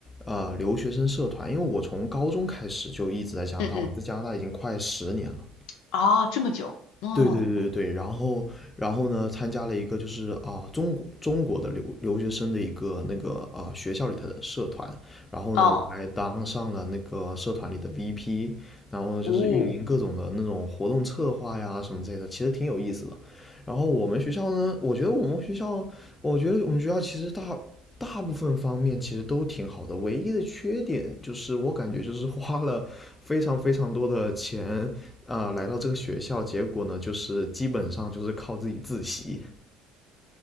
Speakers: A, on the left; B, on the left.
A: 呃留学生社团，因为我从高中开始就一直在加拿大，
B: 嗯嗯，
A: 我在加拿大已经快十年了。
B: 啊，这么久，嗯，
A: 对对对对，然后然后呢，参加了一个就是啊、中国中国的留留学生的一个那个呃学校里的社团，然后呢，
B: 哦，
A: 我还当上了那个社团里的 VP，然后呢就是运营各种的那种活动策划呀什么之类的，
B: 哦，
A: 其实挺有意思的。然后我们学校呢，我觉得我们学校，我觉得我们学校其实大大部分方面其实都挺好的，唯一的缺点就是我感觉就是花了非常非常多的钱，啊，来到这个学校，结果呢，就是基本上就是靠自己自习。